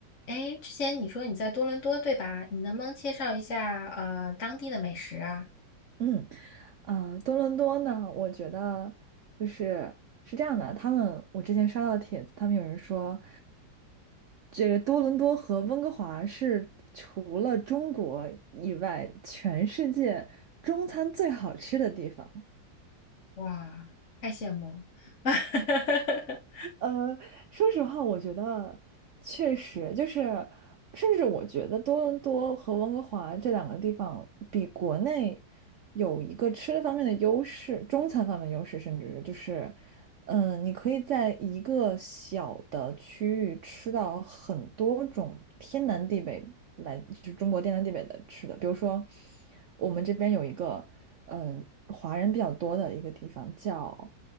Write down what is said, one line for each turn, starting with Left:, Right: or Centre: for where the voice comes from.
Left: 哎，之前你说你在多伦多，对吧？你能不能介绍一下呃当地的美食啊？
Right: 嗯，呃，多伦多呢，我觉得就是是这样的，他们我之前刷到的帖子，他们有人说，这个多伦多和温哥华是除了中国以外，全世界中餐最好吃的地方。
Left: 哇，太羡慕了！<laughs>
Right: 呃，说实话，我觉得确实就是，甚至我觉得多伦多和温哥华这两个地方比国内有一个吃的方面的优势，中餐方面的优势，甚至就是，嗯，你可以在一个小的区域吃到很多种天南地北来，就是中国天南地北的吃的，比如说我们这边有一个，嗯，华人比较多的一个地方叫。